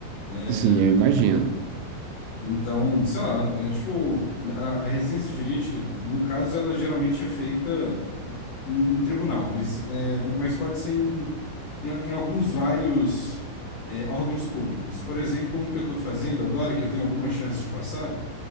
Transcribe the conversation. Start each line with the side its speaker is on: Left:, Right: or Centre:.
Left: É,
Right: assim, eu imagino.
Left: então, sei lá, é tipo, a, a residência jurídica, no caso, ela geralmente é feita em, em tribunal, mas, é, mas pode ser em, em, em alguns vários é, órgãos públicos. Por exemplo, um que eu estou fazendo agora, que eu tenho alguma chance de passar,